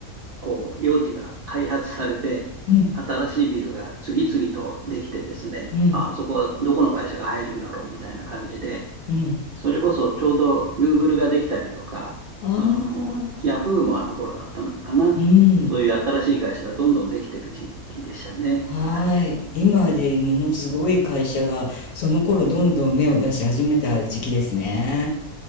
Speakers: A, on the right (about 80°); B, on the left (about 70°).
A: こう、用地が開発されて、
B: うん、
A: 新しいビルが次々とできてですね、
B: うん、
A: あそこはどこの会社が入るんだろうみたいな感じで、
B: うん。
A: それこそちょうど Google ができたりとか、
B: ああ、
A: あの、Yahoo もあの頃だったのかな。
B: うん。
A: そういう新しい会社がどんどんできてる時期でしたね。
B: はーい。
A: はい。
B: 今でもう本当すごい会社が、その頃どんどん芽を出し始めた時期ですね。